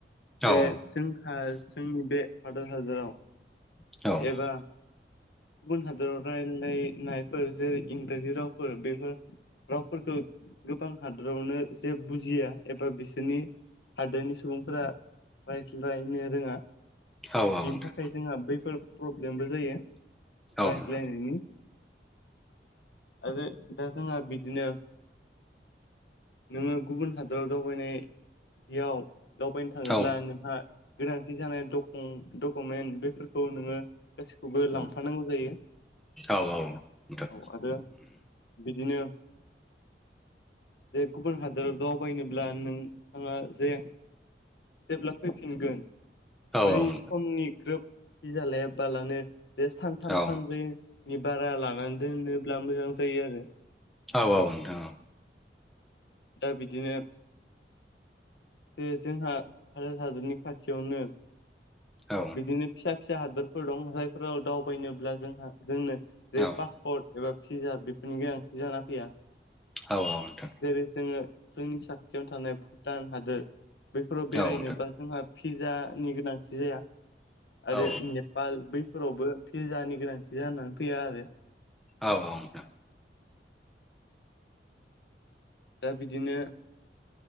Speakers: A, on the left; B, in the centre.
A: जे
B: औ
A: जोंहा जोंनि बे भादत हादोराव
B: औ
A: एबा गुबुन हादराव रायलायनाय फोर जेरै इंराजि रावफोर बेफोर रावफोरखौ गोबां हादोरावनो जे बुजिया एबा बिसोरनि हादोरनि सुबुंफोरा रायज्लायनो रोङा
B: औ
A: बिनि
B: नोंथां
A: थाखाय जोंहा बैफोर प्रब्लेमबो जायो
B: औ
A: रायज्लायनायनि आरो दा जोंहा बिदिनो नोङो गुबुन हादराव दावबायनायाव दावबायनो थाङोब्ला
B: औ
A: नोंहा गोनांथि जानाय डकु-डकुमेन्ट बेफोरखौ नोङो गासिखौबो
B: नोंथां
A: लांफानांगौ जायो।
B: औ औ नोंथां
A: औ आरो बिदिनो जे गुबुन हादराव दावबायनोब्ला नोंथाङा जे जेब्ला फैफिनगोन
B: औ
A: बै
B: औ नोंथां
A: समनि ग्रोब भीजा जालाया बालानो बे सानथाम
B: औ
A: सानब्रै नि बारा लानानै दोनोब्ला मोजां जायो आरो
B: औ नोंथां औ
A: दा बिदिनो जे जोंहा भारत हादोरनि खाथियावनो
B: औ
A: बिदिनो फिसा फिसा हादोरफोर दं जायफोराव दावबायनोब्ला जोंहा जोंनो बे
B: औ
A: पासपर्ट एबा भिजा बेफोरनि गोनांथि जाना फैया
B: औ नोंथां
A: जेरै जोङो जोंनि साखाथियावनो थानाय भुटान हादोर बेफोराव बेरायनोबा
B: औ नोंथां
A: जोंहा फिज्जानि गोनांथि जाया आरो
B: औ
A: नेपाल बैफोरावबो भिजानि गोनांथि जानानै फैया आरो
B: औ औ नोंथां
A: दा बिदिनो